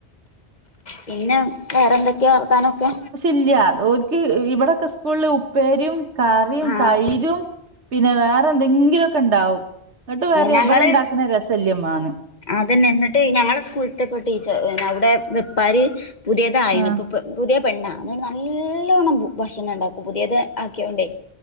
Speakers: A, on the left (about 40°); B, on the right (about 80°).
A: പിന്നെ വേറെന്തൊക്കെയാ വർത്താനൊക്കെ
B: ല്ല ഒക്ക് ഇവിടെക്കെ സ്കൂളില് ഉപ്പേരിയും കറിയും
A: ആഹ്
B: തൈരും പിന്നെ വേറെ എന്തെങ്കിലുമൊക്കെ ഇണ്ടാവും എന്നിട്ട് പറ
A: ഞങ്ങള്
B: ഇബടെ ഉണ്ടാക്കണ രസല്യമ്മാന്ന്
A: അതന്നെ എന്നിട്ട് ഞങ്ങളുടെ സ്കൂളത്തെ പോ ടീച്ചർ അവിടെ വെപ്പാരി പുതിയതായിണ്
B: ആഹ്
A: ഇപ്പൊ പുതിയ പെണ്ണാ അ നല്ലോണ്ണം ഭക്ഷണം ഉണ്ടാക്കും പുതിയത് ആക്കിയ കൊണ്ടേ